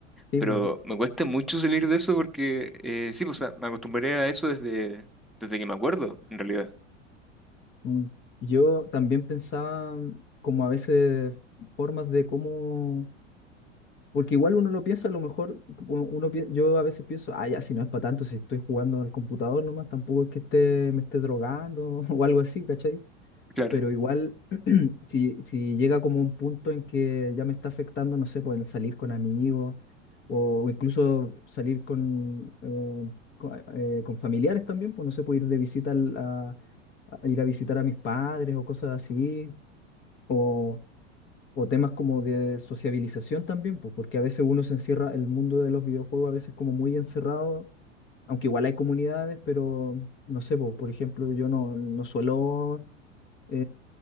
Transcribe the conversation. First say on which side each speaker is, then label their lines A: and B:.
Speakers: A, on the left (about 35°); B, in the centre.
A: sí,
B: Pero
A: bo.
B: me cuesta mucho salir de eso porque eh, sí, pues, o sea, me acostumbré a eso desde, desde que me acuerdo, en realidad.
A: Mm. Yo también pensaba mm, como a veces formas de cómo, porque igual uno lo piensa, a lo mejor u- uno pi- yo a veces pienso, ah, ya, si no es para tanto, si estoy jugando al computador nomás, tampoco es que esté, me esté drogando <laughs> o algo así, ¿cachai?
B: Claro,
A: Pero igual si, si llega como un punto en que ya me está afectando, no sé, pueden salir con amigos o incluso salir con, eh, con, eh, con familiares también, pues no sé, puedo ir de visita al- a, a ir a visitar a mis padres o cosas así, o, o temas como de sociabilización también, pues porque a veces uno se encierra, el mundo de los videojuegos a veces como muy encerrado, aunque igual hay comunidades, pero no sé, pues, por ejemplo, yo no, no suelo eh,